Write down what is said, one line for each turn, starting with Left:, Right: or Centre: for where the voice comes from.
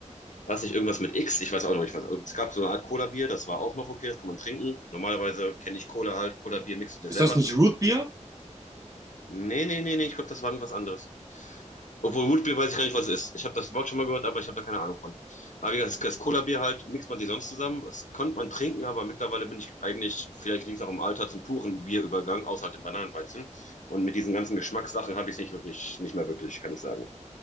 Left: Weiß nicht, irgendwas mit X, ich weiß auch noch nicht, was. Es gab so eine Art Cola Bier, das war auch noch okay, das kann man trinken. Normalerweise kenne ich Cola halt, Cola Bier mixt du dir
Right: Ist
Left: selber
Right: das nicht
Left: zusammen.
Right: Root Beer?
Left: Nee, nee, nee, nee, ich glaube, das war irgendwas anderes. Obwohl Rootbier weiß ich gar nicht, was es ist. Ich habe das Wort schon mal gehört, aber ich habe da keine Ahnung von. Aber wie gesagt, das, das Cola-Bier halt mixt man sich sonst zusammen. Das konnte man trinken, aber mittlerweile bin ich eigentlich, vielleicht liegt es auch im Alter, zum puren Bierübergang, außer halt dem Bananenweizen. Und mit diesen ganzen Geschmackssachen habe ich es nicht wirklich, nicht mehr wirklich, kann ich sagen.